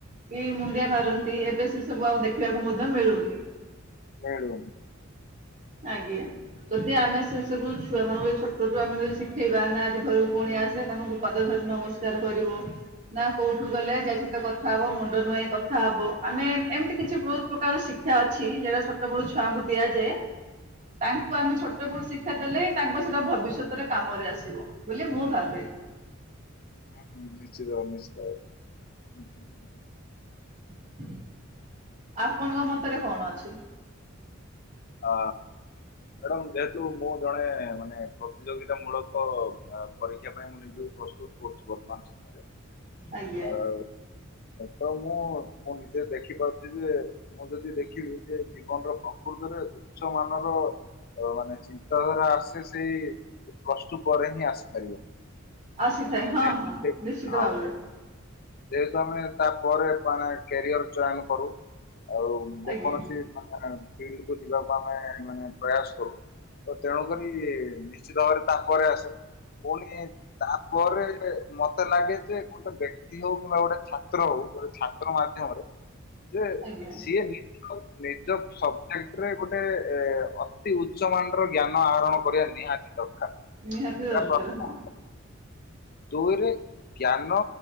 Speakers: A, on the right (about 40°); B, on the left (about 45°).
A: କି ମୁଣ୍ଡିିଆ
B: ହୁଁ,
A: ମାରନ୍ତି
B: ହୁଁ,
A: ଏବେ ସେସବୁ ଆଉ ଦେଖିବାକୁ ମଧ୍ୟ ମିଳୁନି।
B: ହୁଁ ହୁଁ
A: ଆଜ୍ଞା, ଯଦି ଆମେ ସେ ସବୁ
B: ହୁଁ,
A: ଛୁଆ ମାନଙ୍କୁ ଛୋଟ ପୂର୍ବୁରୁ ଆମେ ଯଦି ଶିଖେଇବା ନା ଆଜି ଘରୁକୁ କୁଣିଆ ଆସିବେ ତାଙ୍କୁ ତୁ ପାଦ ଧରି ନମସ୍କାର କରିବ। ନା କୋଉଠୁ ଗଲେ ଯାଇଛତ କ ଥା ହବ ମୁଣ୍ଡ ନୁହାଁଇ କଥା ହବ, ଆମେ ଏମିତି କିଛି ବହୁତ୍ ପ୍ରକାର ଶିକ୍ଷା ଅଛି। ଯୋଉ ସେ ଛୋଟ ବେଳୁ ଛୁଆଙ୍କୁ ଦିଆଯାଏ। ତାଙ୍କୁ
B: ହୁଁ,
A: ଆମେ
B: ହୁଁ,
A: ଛୋଟ ବେଳୁ ଶିକ୍ଷା ଦେଲେ ହିଁ ତାଙ୍କ ସେଟା ଭବିଷ୍ୟତରେ କାମରେ ଆସିବ ବୋଲି ମୁଁ ଭାବେ।
B: ହୁଁ ହୁଁ ନିଶ୍ଚିତ ଆ ନିଶ୍ଚିତ ହୁଁ ହୁଁ
A: <inaudible> ଆପଣଙ୍କ
B: ଠିକ
A: ମତରେ
B: କଥା।
A: କଣ ଅଛି।
B: ଆ ମ୍ୟାଡ଼ାମ ଯେହେତୁ ମୁଁ ଜଣେ ମାନେ ପ୍ରତିଯୋଗୀ ମୂଳକ ପରୀକ୍ଷା ପାଇଁ ମୁଁ ନିଜକୁ ପ୍ରସ୍ତୁତ କରୁଛି ବର୍ତ୍ତମାନ ସମୟରେ
A: ଆଜ୍ଞା
B: ଅ ତ ମୁଁ ମୁଁ ନିଜେ ଦେଖିପାରୁଛି ଯେ ମୁଁ ଯଦି ଦେଖିବି ଯେ ଜୀବନର ପ୍ରକୃତରେ ଉଚ୍ଚ ମାନର ତ ମାନେ ଚିନ୍ତାଧାରା ଆସେ ସେଇ ପ୍ଲସ ଟୁ ପରେ ହିଁ ଆସିପାରିବ।
A: ଆସିଥାଏ
B: ମାନେ
A: ହଁ
B: ଯେହେତୁ
A: ହଁ
B: ସେ-
A: ନିଶ୍ଚିତ
B: ହଁ
A: ଭାବରେ।
B: ଯେହେତୁ ଆମେ ତା ପରେ ମାନେ କ୍ୟାରିଅର ଚୟନ କରୁ। ଆଉ
A: ଆଜ୍ଞା।
B: ଯେକୌଣସି ଫିଲ୍ଡ କୁ ଯିବାକୁ ଆମେ ମାନେ ପ୍ରୟାସ କରୁ। ତ ତେଣୁକରି ନିଶ୍ଚିତ ଭାବରେ ତାପରେ ଆସେ। ପୁଣି ତାପରେ ମତେ ଲାଗେ ଯେ ଗୋଟେ ବେ ହଉ କିମ୍ବା ଗୋଟେ ଛାତ୍ର ହଉ ଗୋଟେ ଛାତ୍ର ମାଧ୍ୟମରେ ଯେ
A: ଆଜ୍ଞା
B: ସିଏ ନି ନିଜ ସବଜେକ୍ଟ ରେ ଗୋଟେ ଅତି ଉଚ୍ଚ ମାନ୍ ର ଜ୍ଞାନ ଆହରଣ କରିବା ନିହାତି ଦରକାର।
A: ନିହାତି ଦରକାର
B: ଏଟା
A: ହଁ
B: ଦୁଇରେ ଜ୍ଞାନ